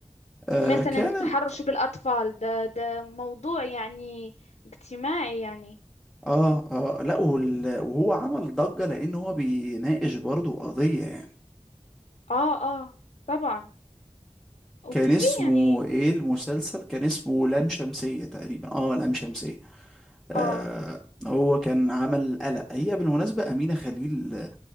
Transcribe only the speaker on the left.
مثلا
التحرش بالأطفال ده ده موضوع يعني اجتماعي يعني
اه اه طبعا وفي
يعني
اه